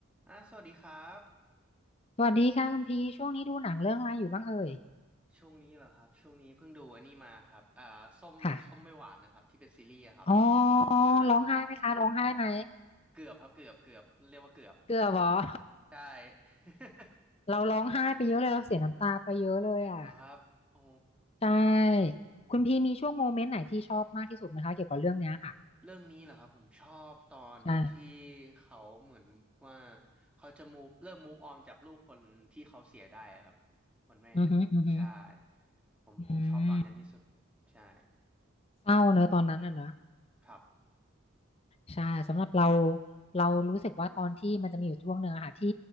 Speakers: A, in the centre; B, on the left (about 30°).
A: อ่าสวัสดีครับ
B: สวัสดีค่ะคุณพีช่วงนี้ดูหนังเรื่องอะไรอยู่บ้างเอ่ย
A: ช่วงนี้เหรอครับช่วงนี้เพิ่งดูอันนี้มาครับอ่าส้มส้มไม่หวานนะครับที่เป็นซีรีส์อะครับ
B: ค่ะอ๋อ
A: ใช่
B: ร้องไห้ไหมคะร้องไห้ไหม
A: เกือบครับเกือบเกือบเรียกว่าเกือบ
B: เกือบเหรอ <laughs>
A: ใช่ <laughs>
B: เราร้องไห้ไปเยอะเลยเราเสียน้ำตาไปเยอะเลยอ่ะ
A: เหรอครับโอ้
B: ใช่คุณพีมีช่วงโมเมนต์ไหนที่ชอบมากที่สุดไหมคะเกี่ยวกับเรื่องเนี้ยค่ะ
A: เรื่องนี้เหรอครับผมชอบตอนที่
B: ใช่
A: เขาเหมือนว่าเขาจะมูฟเริ่มมูฟออนจากลูกคนที่เขาเสียได้อะครับคนแม่
B: อือฮึอือฮึ
A: ใช่ผมผมชอบตอนนั้นที่สุด
B: อืม
A: ใช่
B: เศร้าเนอะตอนนั้นอ่ะเนอะ
A: ครับ
B: ใช่สำหรับเราเรารู้สึกว่าตอนที่มันจะมีอยู่ช่วงหนึ่งอะค่ะที่